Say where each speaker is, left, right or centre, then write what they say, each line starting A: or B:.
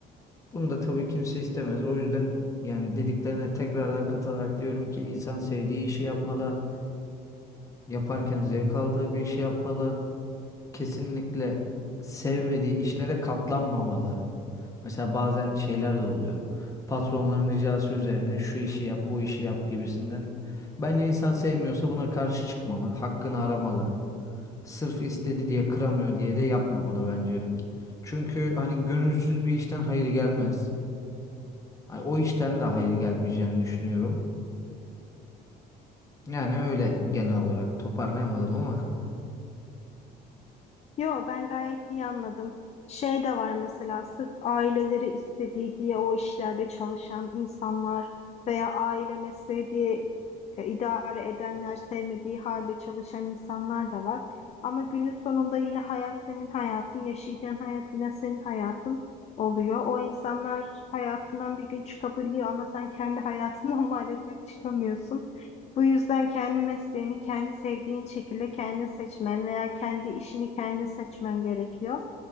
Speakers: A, on the left; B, on the left.
A: Bunu da tabii kimse istemez. O yüzden yani dediklerine tekrardan katılarak diyorum ki insan sevdiği işi yapmalı. Yaparken zevk aldığı bir işi yapmalı. Kesinlikle sevmediği işlere katlanmamalı. Mesela bazen şeyler de oluyor. Patronların ricası üzerine şu işi yap, bu işi yap gibisinden. Bence insan sevmiyorsa buna karşı çıkmalı, hakkını aramalı. Sırf istedi diye kıramıyor diye de yapmamalı bence. Çünkü hani gönülsüz bir işten hayır gelmez. Hani o işten de hayır gelmeyeceğini düşünüyorum. Yani öyle genel olarak toparlayamadım ama.
B: Yo ben gayet iyi anladım. Şey de var mesela sırf aileleri istediği diye o işlerde çalışan insanlar veya aile mesleği diye e, idare edenler sevmediği halde çalışan insanlar da var. Ama günün sonunda yine hayat senin hayatın, yaşayacağın hayat yine senin hayatın oluyor. O insanlar hayatından bir gün çıkabiliyor ama sen kendi hayatından <laughs> maalesef çıkamıyorsun. Bu yüzden kendi mesleğini kendi sevdiğin şekilde kendin seçmen veya kendi işini kendin seçmen gerekiyor.